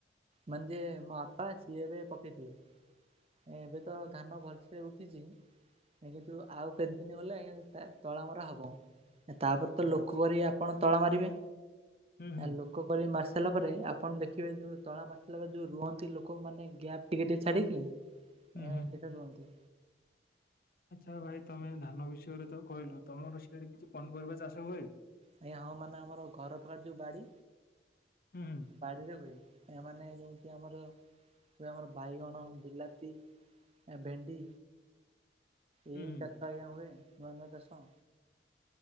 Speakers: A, on the right (about 35°); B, on the left (about 55°).
A: ମାନେ ଯିଏ ମୋ ବାପା ସିଏ ଏବେ ପକେଇଥିଲେ। ଏବେ ତ ଧାନ ଭଲସେ ଉଠିଛି। ଣି କିନ୍ତୁ ଆଉ କେତେ ଦିନ ଗଲେ ଆଜ୍ଞା ତା ତଳ ମରା ହବ ତାପରେ
B: ଆଚ୍ଛା
A: ତ ଲୋ
B: ଆଚ୍ଛା।
A: ରି ଆପଣ ତଳ ମାରିବେ।
B: ହୁଁ ହୁଁ
A: ଲୋକ କରି ମସ୍ ସାରିଲା ପରେ ଆପଣ ଦେଖିବେ ଯୋଉ ତଳା ମାରି ସାରିଲା ପରେ ଯୋଉ ରୁଅନ୍ତି ଲୋକ ମାନେ ଗ୍ୟାପ୍ ଟିକେ ଟିକେ ଛାଡିକି ହଁ,
B: ହୁଁ ହୁଁ।
A: ସେଟା ରୁଅନ୍ତି।
B: ଆଚ୍ଛା, ଭାଇ ତମେ ଧାନ ବିଷୟରେ ତ କହିଲ ତମର ସିଆଡେ କିଛି ପନିପରିବା ଚାଷ ହୁଏ।
A: ଆଜ୍ଞା ହଁ, ମାନେ ଆମର ଘର ପାଖରେ ଯୋଉ ବାଡି
B: ହୁଁ ହୁଁ
A: ବାଡିରେ ହୁଏ ଏ ମାନେ ଯେମତି ଆମର ତାପରେ ଆମର ବାଇଗଣ, ବିଲାତି ଏ ଭେଣ୍ଡି ଏଇ
B: ହୁଁ ହୁଁ।
A: ଚାଷ ଆଜ୍ଞା ହୁଏ ନୂଆ ନୂଆ ଚାଷ।